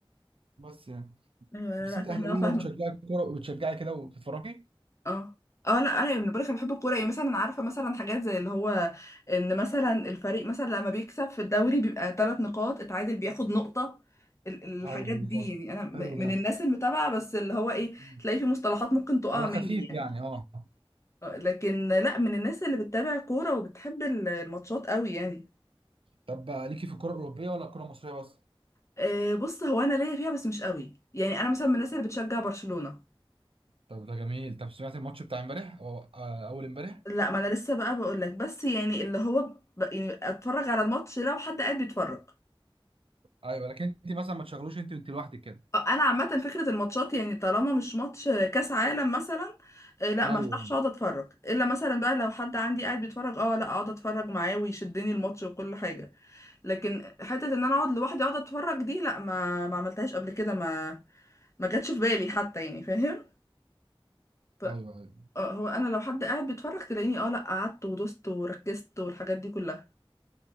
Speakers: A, on the right; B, on the left.
A: بس يعني
B: ايوه
A: بس
B: لا لا
A: انت اهلاويه
B: احنا فاهمه
A: وبتشجعي كوره وبتشجعي كده وبتتفرجي
B: اه اه لا انا من بقولك انا بحب الكوره يعني مثلا عارفه مثلا حاجات زي اللي هو ان مثلا الفريق مثلا لما بيكسب في الدوري بيبقى ثلاث نقاط اتعادل بياخد نقطه ال- الحاجات
A: ايوه بالظبط
B: دي يعني انا م-
A: حلو ده
B: من الناس المتابعه بس اللي هو ايه
A: مم.
B: تلاقي في مصطلحات ممكن تقع
A: على
B: مني
A: خفيف
B: يعني
A: يعني اه
B: آه، لكن لا من الناس اللي بتتابع كوره وبتحب ال- الماتشات قوي يعني
A: طب ليكي في الكره الاوروبيه ولا الكره المصريه بس
B: أه بص هو انا ليا فيها بس مش قوي يعني انا مثلا من الناس اللي بتشجع برشلونه
A: طب ده جميل طب سمعت الماتش بتاع امبارح او آه، اول امبارح
B: لا ما انا لسه بقى بقول لك بس يعني اللي هو ب- يعني اتفرج على الماتش لو حد قاعد بيتفرج
A: ايوه لكن انت مثلا ما تشغلوش انت وانت لوحدك كده
B: انا عامه فكره الماتشات يعني طالما مش ماتش كاس عالم مثلا آه، لا ما
A: ايوه
B: افتحش اقعد اتفرج الا مثلا بقى لو حد عندي قاعد بيتفرج اه لا اقعد اتفرج معاه ويشدني الماتش وكل حاجه لكن حته ان انا اقعد لوحدي اقعد اتفرج دي لا ما ما عملتهاش قبل كده ما ما جاتش في بالي حتى يعني فاهم ف-
A: ايوه ايوه
B: آه، هو انا لو حد قاعد بيتفرج تلاقيني اه لا قعدت ودوست وركزت والحاجات دي كلها